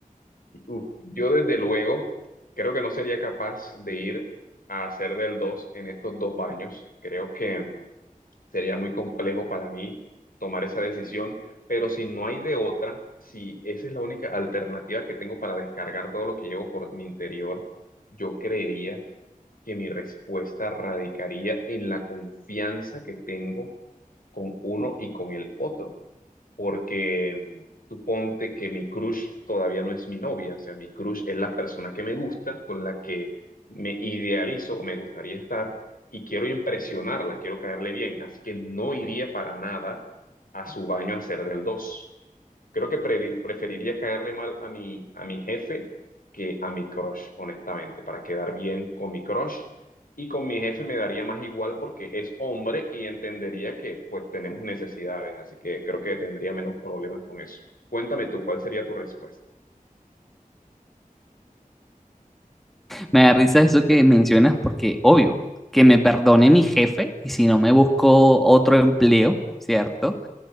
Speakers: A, on the left; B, in the centre.
A: Y, uf, yo desde luego creo que no sería capaz de ir a hacer del dos en estos dos baños. Creo que sería muy complejo para mí tomar esa decisión, pero si no hay de otra, si esa es la única alternativa que tengo para descargar todo lo que llevo por mi interior, yo creería que mi respuesta radicaría en la confianza que tengo con uno y con el otro porque mm, tú ponte que mi crush todavía no es mi novia, o sea, mi crush es la persona que me gusta, con la que me idealizo o me gustaría estar y quiero impresionarla, quiero caerle bien, así que no iría para nada a su baño a hacer del dos. Creo que pre- preferiría caerle mal a mi, a mi jefe que a mi crush, honestamente, para quedar bien con mi crush. Y con mi jefe me daría más igual porque es hombre y entendería que pues tenemos necesidades, así que creo que tendría menos problemas con eso. Cuéntame tú, ¿cuál sería tu respuesta?
B: Me da risa eso que mencionas porque, obvio, que me perdone mi jefe y si no me busco otro empleo, ¿cierto?